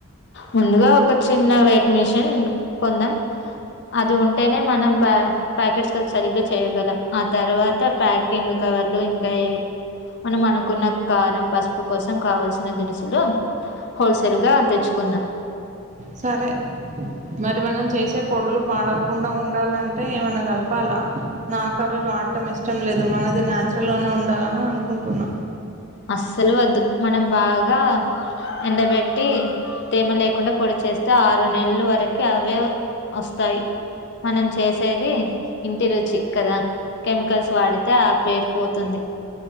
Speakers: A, on the left; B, on the right.
A: ముందుగా ఒక చిన్న వెయిట్ మెషిన్ కొందాం అది ఉంటేనే మనం ప ప్యాకెట్స్ సరిగ్గా చే య్యగలం ఆ తర్వాత ప్యాకింగ్ కవర్లు ఇంకా ఏ మనము అనుకున్న కారం పసుపు కోసం కావల్సిన దినుసులు హోల్సెల్ గా తెచ్చు కొన్న
B: సరె మరి మనం చేసె పొడులు పాడవకుండ ఉండాలంటె ఏమన్న కలపాలా నాకు అవి వాడటం ఇష్టం లేదు మనది నాచురల్గానె ఉండాలని అనుకుంటున్న
A: అస్సలు వద్దు మనం బాగా ఎండబె ట్టి తేమ లేకుండా పొడి చేస్తే ఆరు నెలలు వరకి అవే ఒస్తాయి మనం చేసేది ఇంటి రుచి కద కెమికల్స్ వాడితె ఆ పేరు పోతుంది